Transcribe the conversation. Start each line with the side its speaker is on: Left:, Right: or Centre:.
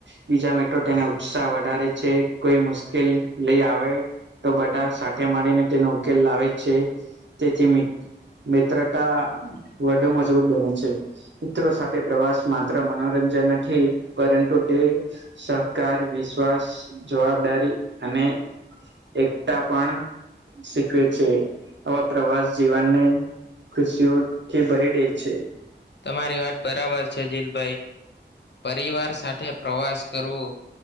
Right: બીજા મિત્ર તેને ઉત્સાહ વધારે છે કોઈ મુશ્કેલ લઈ આવે તો બધા સાથે મળીને તેનો ઉકેલ લાવે છે તેથી મિત્રતા વધુ મજબૂત બને છે મિત્રો સાથે પ્રવાસ માત્ર મનોરંજનથી પરંતુ તે સહકાર વિશ્વાસ જવાબદારી અને એકતા પણ શીખવે છે આવા પ્રવાસ જીવનને ખુશીઓથી ભરી દે છે.
Left: તમારી વાત બરાબર છે જિલભાઈ. પરિવાર સાથે પ્રવાસ કરવો